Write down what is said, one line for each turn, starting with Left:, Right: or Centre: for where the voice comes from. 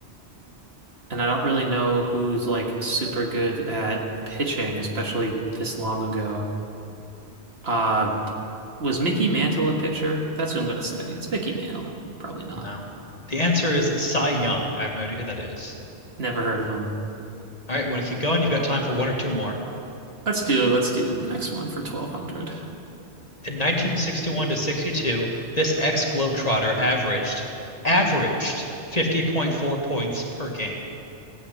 Right: And I don't really know who's like super good at pitching, especially this long ago. Uh, was Mickey Mantle a pitcher? That's who I'm gonna say. It's Mickey Mantle. Probably not.
Left: No. The answer is Cy Young. I have no idea who that is.
Right: Never heard of him.
Left: All right, want to keep going? You've got time for one or two more.
Right: Let's do let's do the next one for 1200.
Left: In 1961 to 62, this ex-Globetrotter averaged averaged 50.4 points per game.